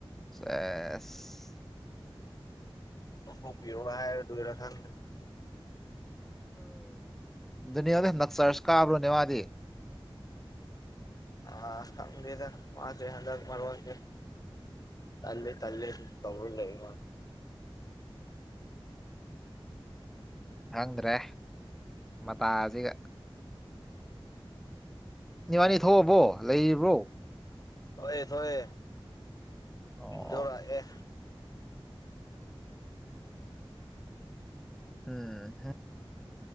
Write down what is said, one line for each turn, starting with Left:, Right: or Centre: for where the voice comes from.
Centre: ꯁꯦꯁ
Left: ꯑꯣꯟꯊꯣꯛꯄꯤꯔꯣꯒ ꯍꯥꯏꯔꯗꯣꯏꯔꯥ ꯈꯪꯗꯦ
Centre: ꯑ ꯅꯤꯌꯥꯗ ꯅꯛꯆꯥꯔꯁ ꯀꯥꯕ꯭ꯔꯣꯅꯦ ꯃꯥꯗꯤ
Left: ꯑ ꯈꯝꯗ ꯃꯥꯦ ꯍꯗ ꯃꯔꯔꯋꯥꯦ ꯇꯂ ꯇꯂꯦ ꯇꯧꯜ ꯂꯩ
Centre: ꯈꯪꯗ꯭ꯔꯦ ꯃꯇꯥꯁꯤꯒ ꯅꯤꯋꯥꯅꯤ ꯊꯣꯛꯑꯕꯣ ꯂꯩꯔꯤꯕ꯭ꯔꯣ
Left: ꯊꯣꯛꯑꯦ ꯊꯣꯛꯑ
Centre: ꯑꯣ
Left: ꯏꯟꯗꯣꯔ ꯑꯦ
Centre: ꯎꯝ